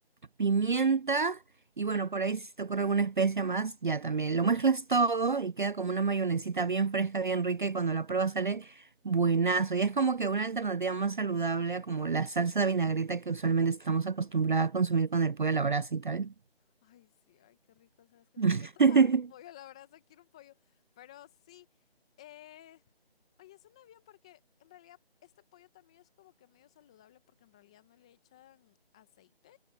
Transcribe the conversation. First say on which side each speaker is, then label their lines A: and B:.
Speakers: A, on the right; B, in the centre.
A: pimienta y bueno, por ahí si te ocurre alguna especia más, ya también. Lo mezclas todo y queda como una mayonesita bien fresca, bien rica y cuando la pruebas sale buenazo. Y es como que una alternativa más saludable a como la salsa de vinagreta que usualmente estamos
B: ujú.
A: acostumbrados a consumir con el pollo a la brasa y tal.
B: Ay, sí, ay, qué rico, sabes que
A: <laughs>
B: me hace. Yo estaba re un pollo, la verdad, se quiero un pollo. Pero sí, eh, oye, suena bien porque en realidad este pollo también es como que medio saludable porque en realidad no le echan aceite.